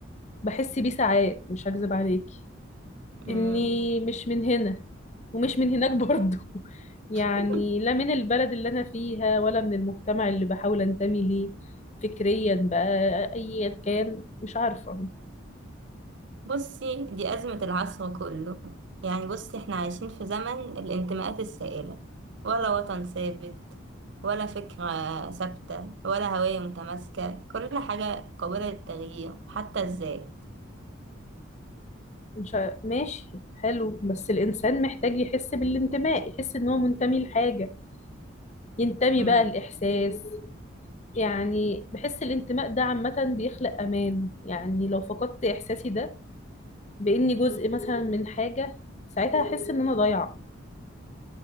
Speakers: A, on the left (about 35°); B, on the right (about 60°).
A: بحس بيه ساعات مش هكذب عليكي
B: مم.
A: اني مش من هنا ومش من هناك برضو <laughs> يعني
B: <laughs>
A: لا من البلد اللي انا فيها ولا من المجتمع اللي بحاول انتمي ليه فكريا بقى ايا كان مش عارفة
B: بصي دي أزمة العصر كله يعني بصي احنا عايشين في زمن الانتماءات السائلة ولا وطن ثابت ولا فكرة ثابتة ولا هوية متماسكة كل حاجة قابلة للتغيير حتى الذات
A: مش ع... ماشي حلو بس الانسان محتاج يحس بالانتماء يحس ان هو منتمي لحاجة ينتمي
B: مم.
A: بقى الاحساس يعني بحس الانتماء ده عامة بيخلق امان يعني لو فقدت احساسي ده باني جزء مثلا من حاجه ساعتها احس ان انا ضايعه